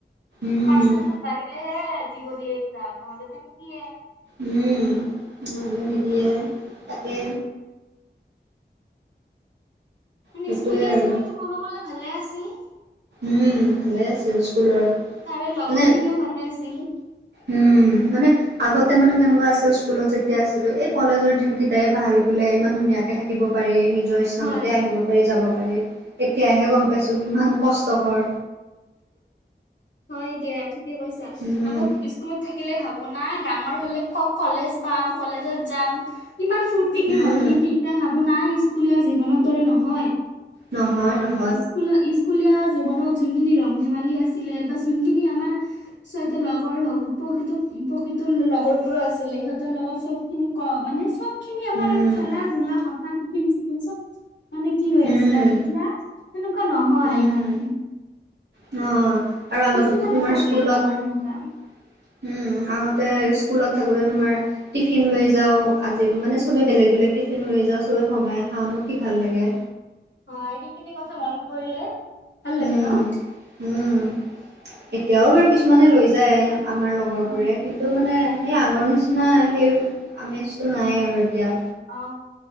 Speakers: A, on the right; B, on the left.
A: উম,
B: পাৰ্চণ্টিজ পাৰিলে হে দিব দিয়ে এক্সাম নহ'লে তো নিয়িয়ে
A: উম' নিদিয়ে তাকে
B: মানে
A: সেইটোৱে
B: স্কুলীয়া
A: আৰু
B: জীৱনতটো ক'ব গ'লে ভালে আছিল
A: উম' ভালে আছিল স্কুলৰ
B: তাৰে লগৰ
A: মানে
B: খিনিও ভালে আছিল
A: উম' মানে আগতে মানে কেনেকুৱা আছিল স্কুলত যেতিয়া আছিলোঁ এই কলেজৰ দিন কেইটাই ভাল বোলে ইমান ধুনীয়া থাকিব পাৰি নিজৰ ইচ্ছামতে
B: হয়
A: আহিব পাৰি যাব পাৰি এতিয়াহে গম পাইছো কিমান কষ্টকৰ
B: হয় দিয়া ঠিকে কৈছা
A: উম,
B: আকৌ স্কুলত থাকিলে ভাবো নাই ডাঙৰ হলে কও কলেজ পাম কলেজত যাম কিমান ফূৰ্তিকে
A: উম।
B: ভাবো কিন্তু এতিয়া ভাবো নাই স্কুলীয়া জীৱনৰ দৰে নহয়
A: নহয় নহয়
B: স্কুল স্কুলীয়া জীৱনত যোনখিনি ৰং ধেমালি আছিলে বা যোনখিনি আমাৰ ছয়টা লগৰ হওক প্ৰকৃত প্ৰকৃত লগৰ বোৰো আছিলে সিহঁতৰ লগত চব কিনি ক মানে চব খিনি আমাৰ
A: উম,
B: খেলা ধূলা কথা টিফিন চিফিন চব মানে কি হৈ
A: উম,
B: আছিলে আৰু এতিয়া সেনেকুৱা নহয়
A: উম।
B: ইমানখিনি
A: অ' আৰু আগতেতো
B: কিছুমানে
A: তোমাৰ
B: থাকে
A: স্কুলত
B: লগৰ সেনেকুৱা।
A: উম' আগতে স্কুলত থাকোতে তোমাৰ টিফিন লৈ যাওঁ আজি মানে চবে বেলেগ বেলেগ টিফিন লৈ যাওঁ চবে ভগাই খাওঁনো কি ভাল লাগে
B: হয় সেইখিনি কথা মনত পৰিলে ভাল
A: উম,
B: লাগে ন
A: উম। এতিয়াও বাৰু কিছুমানে লৈ যায় আমাৰ লগৰ
B: অ।
A: বোৰে কিন্তু মানে সেই আগৰ নিচিনা সেই আমেজটো নাই আৰু এতিয়া
B: অ